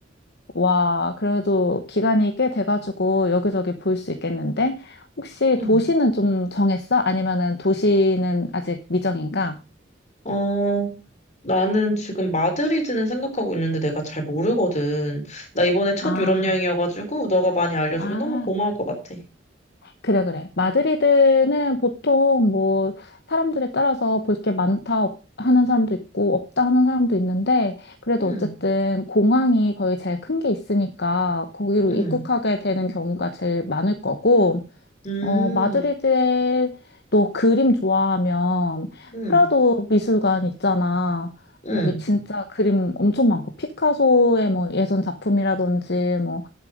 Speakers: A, on the left; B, on the left.
A: 와, 그래도 기간이 꽤 돼가지고 여기저기 볼 수 있겠는데? 혹시
B: 응.
A: 도시는 좀 정했어? 아니면은 도시는 아직 미정인가?
B: 어, 나는 지금 마드리드는 생각하고 있는데 내가 잘 모르거든. 나 이번에 첫
A: 아,
B: 유럽 여행이어가지고, 너가 많이 알려주면
A: 아.
B: 너무 고마울 것 같아.
A: 그래, 그래. 마드리드는 보통 뭐 사람들에 따라서 볼 게 많다 없- 하는 사람도 있고 없다 하는 사람도 있는데 그래도
B: 응,
A: 어쨌든 공항이 거의 제일 큰 게 있으니까 거기로
B: 응,
A: 입국하게 되는 경우가 제일 많을 거고
B: 음,
A: 어, 마드리드에 너 그림 좋아하면
B: 음,
A: 프라도 미술관 있잖아.
B: 음,
A: 거기 진짜 그림 엄청 많고 피카소의 뭐 예전 작품이라든지 뭐